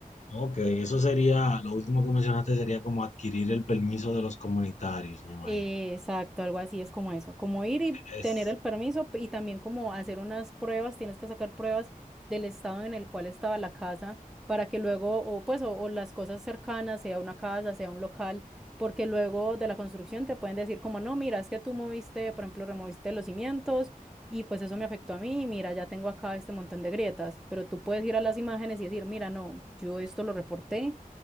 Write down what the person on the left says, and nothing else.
Ok, eso sería, lo último que mencionaste sería como adquirir el permiso de los comunitarios, me imagino.
Es,